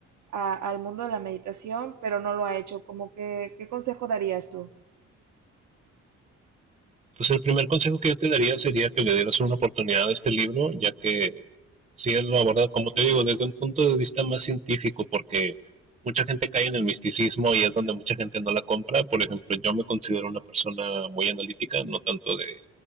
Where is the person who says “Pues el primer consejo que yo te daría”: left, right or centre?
Right